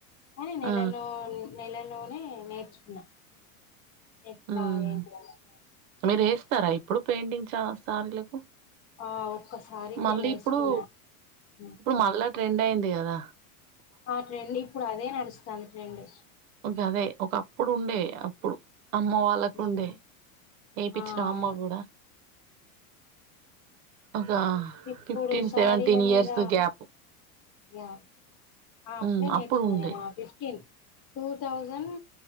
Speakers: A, on the left; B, on the right.
A: కాని నెలలో
B: ఆ
A: నెలలోనే నేర్చుకున్నా. ఎట్లా
B: మ్మ్
A: ఏంటిదనేది
B: మీరు ఏస్తారా ఇప్పుడు పెయింటింగ్ చాల సారి లకు
A: ఆ ఒక్క సారీకే
B: మళ్ళీ
A: వేసుకున్నా
B: ఇప్పుడు
A: హ్మ్.
B: ఇప్పుడు మళ్ళా ట్రెండ్ అయింది గదా
A: ఆ ట్రెండ్ ఇప్పుడు అదే నడుస్తంది ట్రెండ్
B: ఒక అదే ఒక అప్పుడు ఉండే అప్పుడు అమ్మ వాళ్ ళ్ళ కుండే
A: హ్మ్.
B: ఏపిచ్చినం
A: ఆ
B: అమ్మ
A: అవును.
B: గూడ ఒక
A: ఇప్పుడు
B: ఫిఫ్టీన్
A: సారీల
B: సెవెంటీన్ ఇయర్స్
A: మీద
B: కు గ్యాప్
A: యా ఆ అప్పుడే
B: మ్మ్
A: నేర్చుకోనేనా
B: అప్పుడు ఉండే
A: ఫిఫ్టీన్ టూథౌజండ్